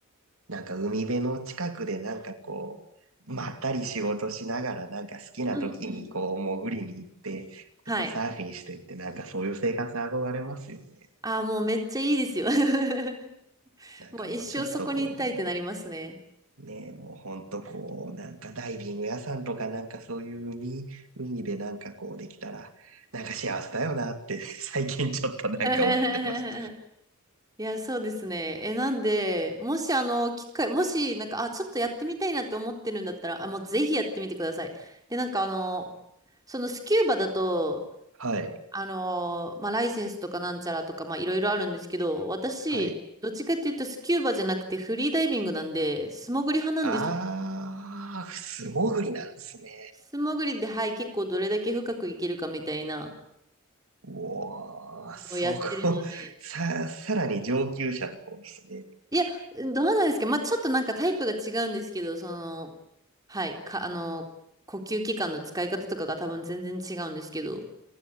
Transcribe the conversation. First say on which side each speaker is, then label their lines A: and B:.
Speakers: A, on the right; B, on the right.
A: なんか海辺の近くでなんかこう、まったり仕事しながらなんか好きな時にこう潜りに行って、
B: うんうん。はい。
A: ちょっとサーフィンしてってなんかそういう生活憧れますよね。
B: ああ、もうめっちゃいいですよ。<laughs>
A: なんかもうちょっとこう、
B: もう一生そこに行きたいってなりますね。
A: ねえ、もうほんとこう、なんかダイビング屋さんとかなんかそういう海、海でなんかこうできたら、なんか幸せだよなって <laughs> 最近ちょっとなんか思ってます。
B: <laughs> いや、そうですね。え、なんで、もしあの、機会、もし、なんか、あ、ちょっとやってみたいなって思ってるんだったら、あ、もうぜひやってみてください。で、なんかあの、そのスキューバだと、
A: はい、
B: あのーまあ、ライセンスとかなんちゃらとか、まあ、いろいろあるんですけど、私、
A: はい。
B: どっちかっていうとスキューバじゃなくてフリーダイビングなんで、素潜り派なんですよ。
A: あー、素潜りなんですね。
B: 素潜りで、はい、結構どれだけ深くいけるかみたいな
A: おー、そこ、
B: のをやってるので、
A: さ、さらに上級者の方ですね。
B: いや、どうなんですか、まあ、ちょっとなんかタイプが違うんですけど、その、はい、か、あのー呼吸器官の使い方とかが多分全然違うんですけど、